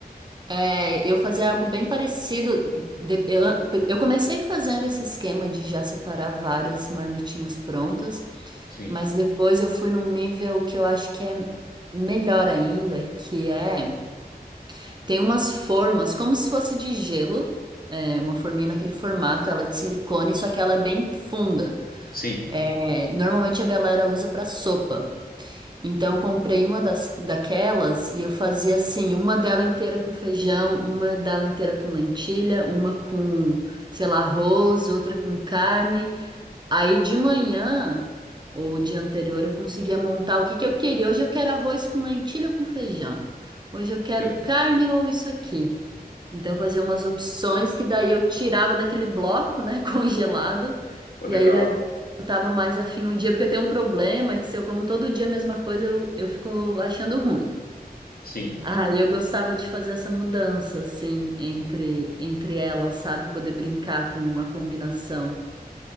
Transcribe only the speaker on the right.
É, eu fazia algo bem parecido. De- Eu, eu comecei fazendo esse esquema de já separar várias marmitinhas prontas,
mas depois eu fui num nível que eu acho que é melhor ainda, que é tem umas formas, como se fosse de gelo, é, uma forminha naquele formato, ela é de silicone, só que ela é bem funda.
É, normalmente a galera usa para sopa. Então, eu comprei uma das, daquelas e eu fazia assim, uma dela inteira com feijão, uma dela inteira com lentilha, uma com, sei lá, arroz, outra com carne. Aí de manhã ou o dia anterior eu conseguia montar o que que eu queria. Hoje eu quero arroz com lentilha ou com feijão. Hoje eu quero
carne ou isso aqui. Então eu fazia umas opções que daí eu tirava daquele bloco, né, <laughs> congelado,
e
aí le- eu tava mais afim no dia, porque eu tenho um problema que se eu como todo dia a mesma coisa, eu, eu fico achando ruim.
Ah, e eu gostava de fazer essa mudança, assim, entre, entre elas, sabe? Poder brincar com a combinação,